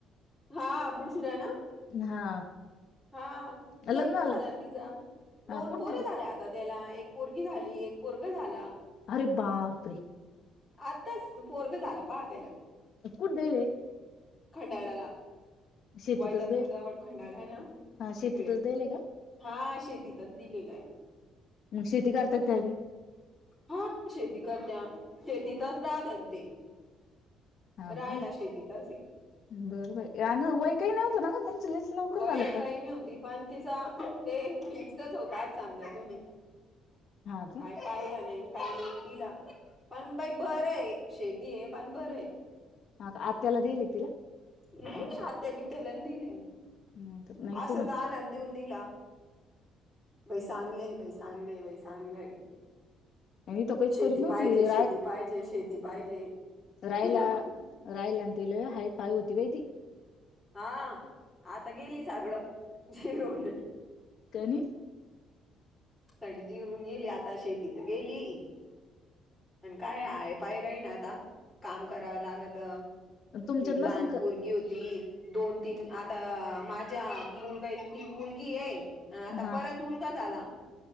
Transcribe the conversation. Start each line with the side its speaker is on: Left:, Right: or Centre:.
Centre: हा बुसला ना
Left: हा
Centre: हा लग्न
Left: लग्नाला
Centre: झालं ना तिचा
Left: हा
Centre: दोन
Left: कुठ
Centre: पोर झाल्या. आता त्याला एक पोरगी झाली एक पोरग झाला
Left: अरे बापरे
Centre: आताच पोरग झाला पहा त्याला.
Left: कुठदली.
Centre: खंडाळला
Left: शेतीतच
Centre: वैजापूरजवळ
Left: देईल
Centre: खंडाळा आहे ना?
Left: हा शेतीतच
Centre: तिकडे
Left: देईलय का?
Centre: हा शेतीतच दिलेलं आहे
Left: म शेती करतात त्यावी
Centre: हा शेती करत्या शेतीतच राहतेत ते
Left: हा
Centre: राहायला
Left: का
Centre: शेती कर
Left: बरं बर वय काही नव्हतं ना का त्यांच लेयच लवकर
Centre: वय
Left: झालं काय
Centre: काही नाही होती पण तिचा ते फिक्सच होताच समजा तुम्ही
Left: हा का
Centre: काय पाहिलं नाही काय न दिला पण बाई बरं आहे शेती आहे पण बरं आहे
Left: हा आत्याला देला लीतला
Centre: नाही नाही आते बिथ लहली नाही
Left: नाही तर नाही
Centre: अस
Left: तू
Centre: सध ल लाई सांगलं बाई सांगलं बाई सांगलंय
Left: मी तर काहीच
Centre: शेती
Left: करीत नव्हती
Centre: पाहिजे शेती पाहिजे शेती पाहिजे
Left: रायला
Centre: दिला मग
Left: रायलातेला हाय पाय होती बाहिती
Centre: हा आता गेली सगळं जिरून
Left: काणी
Centre: सगळी जीवररून गेली आता शेती तर गेली पण काय आहे पाय राही ना आता काम करावं लागत
Left: तुमच्यात
Centre: लहान
Left: नसन का
Centre: पोरगी होती दोन तीन आता माझ्या मुलगा मुलगी आहे आता
Left: हा
Centre: परत मुलगा झाला